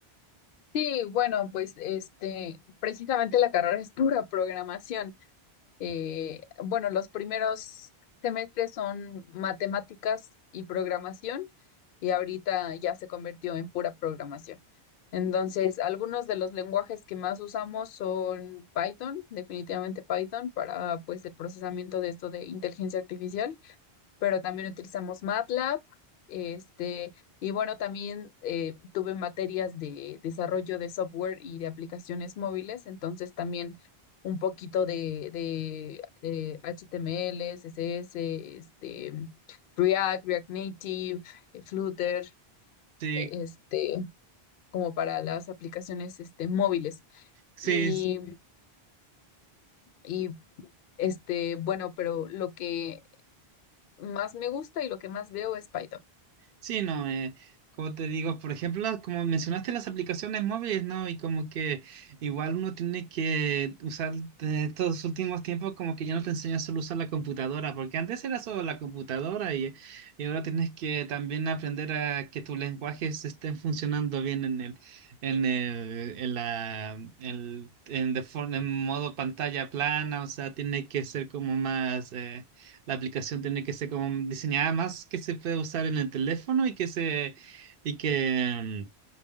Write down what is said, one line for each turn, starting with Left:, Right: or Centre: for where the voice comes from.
Left: Sí, bueno, pues este, precisamente la carrera es pura programación. Eh, bueno, los primeros semestres son matemáticas y programación, y ahorita ya se convirtió en pura programación. Entonces, algunos de los lenguajes que más usamos son Python, definitivamente Python, para pues el procesamiento de esto de inteligencia artificial. pero también utilizamos MATLAB. Este, y bueno, también eh, tuve materias de desarrollo de software y de aplicaciones móviles, entonces también un poquito de, de, eh, HTML, CSS, este, React, React Native, eh, Flutter,
Right: Sí,
Left: eh, este, como para las aplicaciones este, móviles.
Right: sí.
Left: Y, y este, bueno, pero lo que más me gusta y lo que más veo es Python.
Right: Sí, no, eh, como te digo, por ejemplo, las- como mencionaste las aplicaciones móviles, ¿no? Y como que igual uno tiene que usar de estos últimos tiempos como que ya no te enseñan solo a usar la computadora, porque antes era solo la computadora y, y ahora tienes que también aprender a que tus lenguajes estén funcionando bien en el, en el, en la, en, en, de forma- en modo pantalla plana, o sea, tiene que ser como más... eh, la aplicación tiene que ser como diseñada más que se puede usar en el teléfono y que se, y que, mm,